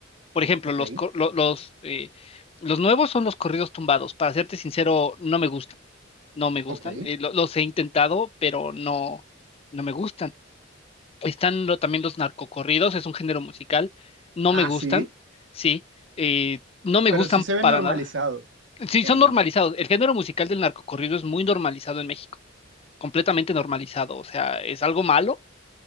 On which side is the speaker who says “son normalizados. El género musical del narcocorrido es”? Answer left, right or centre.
Left